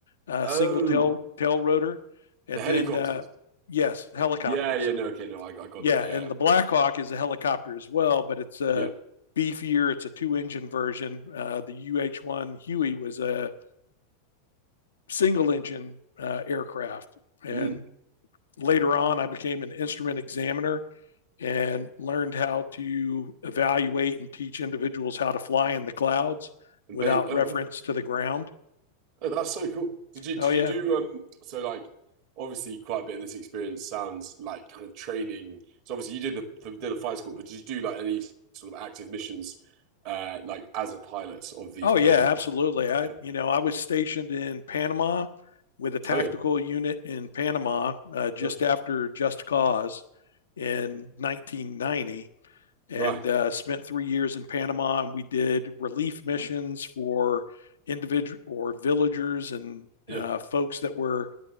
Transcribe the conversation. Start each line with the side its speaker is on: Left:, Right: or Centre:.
Left: uh,
Right: Oh,
Left: single tail tail rotor, and
Right: the helicopters.
Left: then uh, yes, helicopters.
Right: Yeah, yeah. No, okay, no, I, I got
Left: Yeah,
Right: them. Yeah,
Left: and the Blackhawk is a helicopter as well, but it's a
Right: yeah.
Left: beefier. It's a two-engine version. Uh, the UH-1 Huey was a single-engine uh, aircraft, and
Right: Mm.
Left: later on, I became an instrument examiner and learned how to evaluate and teach individuals how to fly in the clouds
Right: And
Left: without
Right: ba- oh,
Left: reference
Right: wow.
Left: to the ground.
Right: Oh, that's so cool. Did you
Left: Oh
Right: did
Left: yeah,
Right: you do um so like obviously quite a bit of this experience sounds like kind of training. So obviously you did the, the did a flight school, but did you do like any sort of active missions uh like as a pilot of these
Left: Oh
Right: plane?
Left: yeah, absolutely.
Right: Oh,
Left: I
Right: yeah.
Left: you know I was stationed in Panama with a tactical
Right: Oh yeah.
Left: unit in Panama uh, just
Right: Nice.
Left: after Just Cause in 1990, and
Right: Right.
Left: uh, spent three years in Panama. And we did relief missions for individual or villagers and
Right: Yeah.
Left: uh, folks that were